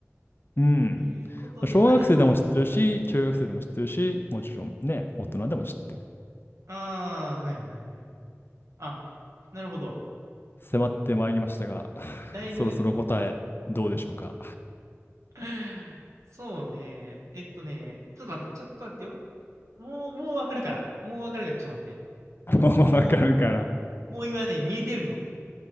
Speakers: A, on the left; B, on the right.
A: うん。
B: いうことであれば、
A: 小学生でも知ってるし、中学生でも知ってるし、もちろんね、大人でも知ってる。
B: ああ、はいはいはい。あ、なるほど。
A: 迫ってまいりましたが、<sighs>
B: だいぶ、
A: そろそろ答え、どうでしょうか。
B: <sighs> そうね。えっとね、ちょっと待って、ちょっと待ってよ。もう、もうわかるから。もうわかるから、ちょっと待って。
A: <laughs> もうわかるから。
B: もうもう今ね、見えてるの。